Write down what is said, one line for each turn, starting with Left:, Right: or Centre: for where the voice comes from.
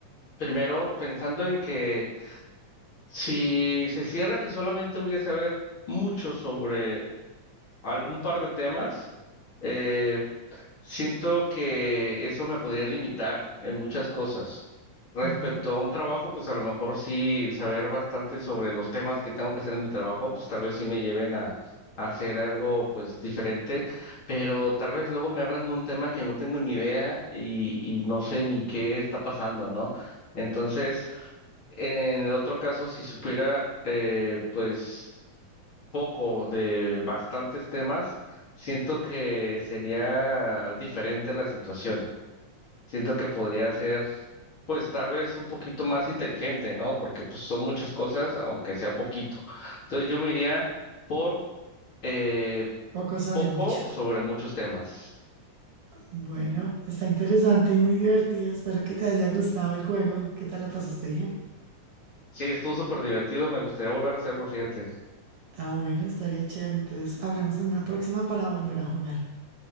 Left: primero pensando en que si se cierra que solamente voy a saber mucho sobre algún par de temas, eh, siento que eso me podría limitar en muchas cosas. Respecto
Right: Ajá.
Left: a un trabajo, pues a lo mejor sí saber bastante sobre los temas que tengo que hacer en mi trabajo, pues tal vez sí me lleven a, a hacer algo pues diferente, pero tal vez luego me hablan de un tema que no tengo ni idea y, y no sé ni qué está pasando, ¿no? Entonces, en el otro caso, si supiera, eh, pues poco de bastantes temas, siento que sería diferente la situación. Siento que podría ser, pues tal vez un poquito más inteligente, ¿no? Porque pues son muchas cosas, aunque sea poquito. Entonces yo me iría por eh,
Right: Poco sobre
Left: poco
Right: mucho.
Left: sobre muchos temas.
Right: Bueno, está interesante y muy divertido. Espero que te haya gustado el juego. ¿Qué tal la pasaste bien?
Left: Sí, estuvo súper divertido, me gustaría volver a hacerlo, fíjate.
Right: Ah, bueno, estaría chévere. Entonces, hablemos en una próxima para volver a jugar.